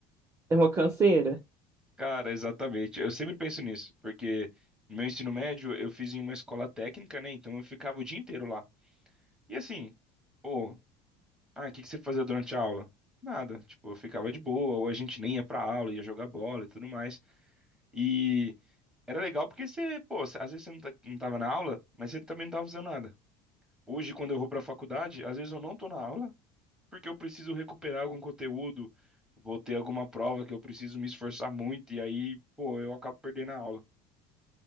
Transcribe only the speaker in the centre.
Cara, exatamente. Eu sempre penso nisso, porque no meu ensino médio eu fiz em uma escola técnica, né? Então eu ficava o dia inteiro lá. E assim, pô, ah, o que que você fazia durante a aula? Nada, tipo, eu ficava de boa, ou a gente nem ia pra aula, ia jogar bola e tudo mais. E. Era legal porque você, pô, às vezes você não, tá, não tava na aula, mas você também não tava fazendo nada. Hoje, quando eu vou pra faculdade, às vezes eu não tô na aula porque eu preciso recuperar algum conteúdo, vou ter alguma prova que eu preciso me esforçar muito, e aí, pô, eu acabo perdendo a aula.